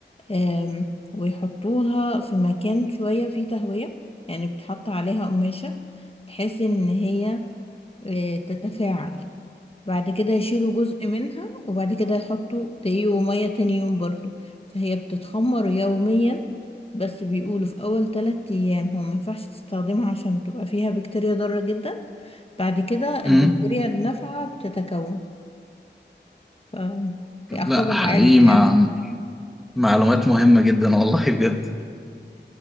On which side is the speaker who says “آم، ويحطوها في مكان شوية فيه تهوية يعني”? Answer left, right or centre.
Left